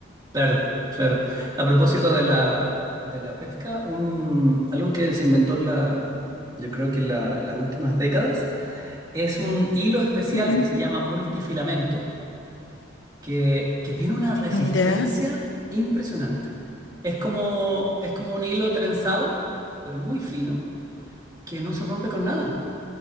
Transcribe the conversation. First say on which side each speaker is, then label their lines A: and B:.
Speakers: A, on the right (about 20°); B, on the left (about 65°).
A: claro, claro. A propósito de la, de la pesca, un, algo que se inventó en la, yo creo que en la- las últimas décadas es un hilo especial
B: <laughs> Ujú.
A: que se llama multifilamento. que, que tiene una resistencia
B: Ya.
A: impresionante. Es como, es como un hilo trenzado, pero muy fino, que no se rompe con nada.